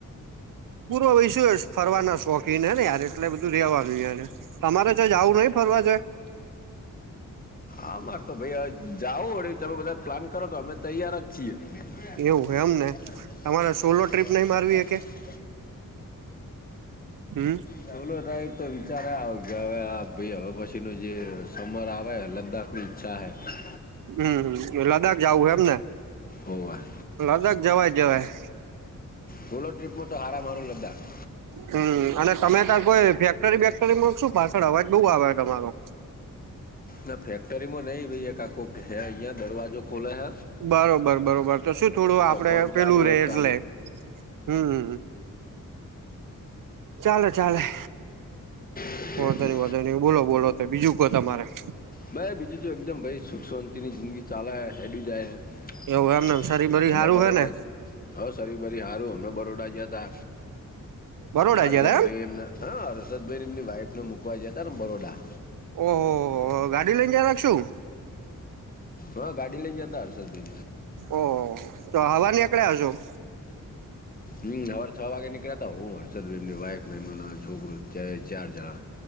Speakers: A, on the right (about 70°); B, on the left (about 25°).
A: પૂરો હોય શું ફરવાના શોખ ને ને યાર એટલે બધું રેવાનું ય તમારે જો જવું નઈ ફરવા જોએ <unintelligible>
B: આ મારે તો ભાઈ અ જાવઓ વળી તમે બધા પ્લાન કરો તો અમે તૈયાર જ. છ <unintelligible> <inaudible>
A: એવું એમ ને તમારે સોલો ટ્રીપ નહી મારવી હકે હમ
B: સો લો ટાઈ તો વિચારે આવે કે હવે ભ હવે પછી ન જે સમર આવે. ચાહેૈ.
A: હમ લદ્દાખ જાવું એમ ને.
B: હોવા.
A: લદાખ જવાય જવાય
B: ખૂલો ટ્રીપમાં હારંમરરો લદ્દાખ <unintelligible>
A: હમ અને તમે ત્યા કોઈ ફેક્ટરી બેક્ટરીમાં શું પાછળ અવાજ બઉુ આવે તમારો.
B: ના ફેક્ટરીમાં નહિ ભાઈ એક કાકો હ અહીંયા દરવાજો ખોલે હ.
A: બરોબર બરોબર તો શું થોડું આપડે
B: ફોન
A: પેલું
B: ચાલુ
A: રે
B: હે
A: એટલે.
B: તાને
A: હમ ચાલ ચાલેલે
B: એ
A: વધો
B: જ ને
A: નહી વાો નહી બોલો બોલો તો બીજું ક તમારે <unintelligible>
B: ભ બીજું તો એકદમ ભાઈ સુખ શાંતિની જિંદગી ચાલે હેડી જાય હમણાં
A: એવું એમને નર્સરી સારું
B: બરોડા
A: હે ને
B: જ હ સરી બરી સારું હમણા બરોડા જયા ત
A: બરોડા
B: હર્ષદ
A: જયારે
B: ભાઈ એમ હા હર્ષદભાઈ એમની વાઇફ ને મૂક જતા ને બરોડા
A: ઓહહ ગાડી લઈને જયલા શું
B: હા ગાડી લઈ જતા હડસદ દિ
A: ઓહ તો હવા નીકળ્યા હ છો <unintelligible>
B: હમ સવાર છ વાગે નીકળ્યાતા હું હર્ષદભાઈ એની વાફ એનું છોકરું ચાર જણા